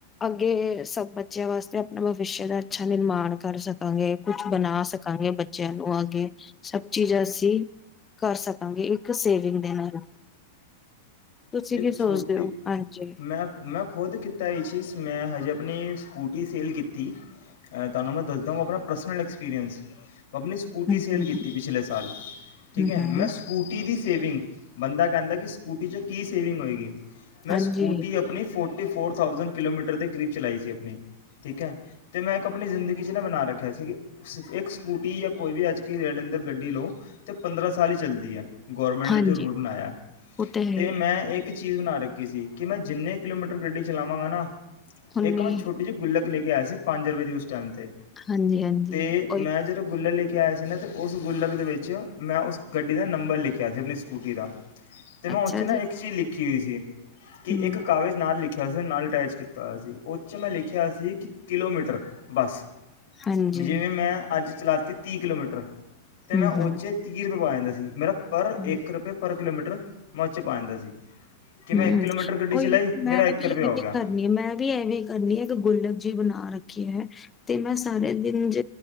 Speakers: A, on the left; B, on the left.
A: ਅੱਗੇ ਸਭ ਬੱਚਿਆਂ ਵਾਸਤੇ ਆਪਣਾ ਭਵਿਸ਼ ਦਾ ਅੱਛਾ ਨਿਰਮਾਣ ਕਰ ਸਕਾਂਗੇ। ਕੁਛ ਬਣਾ ਸਕਾਂਗੇ ਬੱਚਿਆਂ ਨੂੰ ਅਗੇ, ਸਭ ਚੀਜ਼ ਅਸੀਂ ਕਰ ਸਕਾਂਗੇ, ਇੱਕ ਸੇਵਿੰਗ ਦੇ ਨਾਲ। ਤੁਸੀਂ
B: ਇੱਕ
A: ਕੀ ਸੋਚਦੇ
B: ਛੋਟੀ
A: ਹੋ ਹਾਂਜੀ
B: ਮੈਂ-ਮੈਂ ਖੁਦ ਕੀਤ ਤਾਂ ਇਹ ਚੀਜ਼, ਮੈਂ ਹਜੇ ਆਪਣੀ ਸਕੂਟੀ ਸੇਲ ਕੀਤੀ। ਤਾਨੂੰ ਮੈਂ ਦੱਸ ਦਵਾਂ ਆਪਣਾ ਪਰਸਨਲ ਐਕਸਪੀਰੀਅੰਸ। ਪਣੀ ਸਕੂਟੀ
A: ਹਮ
B: ਸੇਲ
A: ਹਮ
B: ਕੀਤੀ ਪਿਛਲੇ ਸਾਲ। ਠੀਕ
A: ਹਮ
B: ਏ,
A: ਹਮ
B: ਮੈਂ ਸਕੂਟੀ ਦੀ ਸ ਸੇਵਿੰਗ। ਬੰਦਾ ਕਹਿੰਦਾ ਕਿ ਸਕੂਟੀ ਚ ਕੀ ਸੇਵਿੰਗ ਹੋਏਗੀ। ਮੈਂ
A: ਹਾਂਜੀ
B: ਸਕੂਟੀ ਆਪਣੀ forty four thousand kilometre ਦੇ ਕਰੀਬ ਚਲਾਈ ਸੀ ਆਪਣੀ, ਠੀਕ ਐ। ਤੇ ਮੈਂ ਇੱਕ ਆਪਣੀ ਜ਼ਿੰਦਗੀ ਕਿਸ ਨਾ ਬਣਾ ਰੱਖਿਆ ਸੀ। ਸ ਇੱਕ ਸਕੂਟੀ ਜਾਂ ਕੋਈ ਵੀ ਅੱਜ ਕੀ ਰੇਡ ਅੰਦਰ ਗੱਡੀ ਲਓ ਤੇ ਪੰਦਰਾਂ ਸਾਲ ਹੀ ਚੱਲਦੀ ਐ। ਗੌਰਮੈਂਟ
A: ਹਾਂਜੀ
B: ਚ ਰੂਲ ਬਣਾਇਆ।
A: ਉਹ ਤਾਂ ਹੈ
B: ਤੇ
A: ਹੀ
B: ਮੈਂ ਇੱਕ ਚੀਜ਼ ਬਣਾ ਰੱਖੀ ਸੀ ਕਿ ਮੈਂ ਜਿੰਨੇ ਕਿਲੋਮੀਟਰ ਗੱਡੀ ਚਲਾਵਾਂਗਾ ਨਾ
A: ਉੱਨੀ
B: ਇੱਕ ਮੈਂ ਛੋਟੀ ਜਿਹੀ ਗੁੱਲਬ ਇੱਕ ਲੈ ਕੇ ਆਇਆ ਸੀ ਪੰਜ ਰੁਪਏ ਦੀ ਉਸਟ। ਜਾਂਦੇ
A: ਹਾਂਜੀ-ਹਾਂਜੀ,
B: ਤੇ
A: ਉਹੀ
B: ਮੈਂ ਜਦੋਂ ਗੁੱਲ ਲੇ ਕੇ ਕਿਹਾ ਆ ਸੀ ਨਾ ਤੇ ਉਸ ਗੁੱਲਕ ਦੇ ਵਿੱਚ ਮੈਂ ਉਸ ਗੱਡੀ ਦਾ ਨੰਬਰ ਲਿਖਿਆ ਸੀ ਆਪਣੀ ਸਕੂਟੀ ਦਾ। ਤੈਮੋਰ।
A: ਅੱਛਾ
B: ਇਹ ਚ ਨਾ
A: ਜੀ,
B: ਇੱਕ ਚੀਜ਼ ਲਿਖੀ ਕੀ ਸੀ ਕੀ
A: ਹੂੰ,
B: ਇੱਕ ਕਾਗਜ਼ ਨਾਲ ਲਿਖ ਵੈਸੇ ਨਾਲ ਅਟੈਚ ਕੀਤਾ ਹੋਇਆ ਸੀ, ਉਹ ਚ ਮੈਂ ਲਿਖਿਆ ਸੀ ਕਿ ਕਿਲੋਮੀਟਰ ਬਸ,
A: ਹਾਂਜੀ,
B: ਜਿਵੇਂ ਮੈਂ ਅੱਜ ਚਲਾਤੀ ਤੀਹ ਕਿਲੋਮੀਟਰ ਤੇ
A: ਹੂੰ-ਹੂੰ,
B: ਮੈਂ ਉਚੇ
A: ਹੂੰ।
B: ਤੀਹ ਰੁਪਏ ਪਵਾਏ ਆਂਦਾ ਸੀ। ਦੀ ਮੇਰਾ ਪਰ
A: ਹੂੰ।
B: ਇੱਕ ਰੁਪਏ ਪਰ ਕਿਲੋਮੀਟਰ। ਟਰ। ਮੱਚ ਪਾਂਦਾ ਸੀ। ਕਿ ਮੈਂ
A: ਹੂੰ,
B: ਇੱਕ ਕਿਲੋਮੀਟਰ ਗੱਡੀ
A: ਉਹੀ
B: ਚਲਾਈ
A: ਮੈਂ
B: ਮੇਰਾ ਇੱਕ
A: ਵੀ
B: ਰੁਪਇਆ
A: ਐਵੇਂ
B: ਹੋ ਗਿਆ
A: ਕਰਨੀ ਐ ਮੈਂ ਵੀ ਐਵੇਂ ਕਰਨੀ ਐ ਇੱਕ ਗੁੱਲਕ ਜੀ ਬਣਾ ਰੱਖੀ ਐ। ਤੇ ਮੈਂ ਸਾਰੇ ਦਿਨ ਜ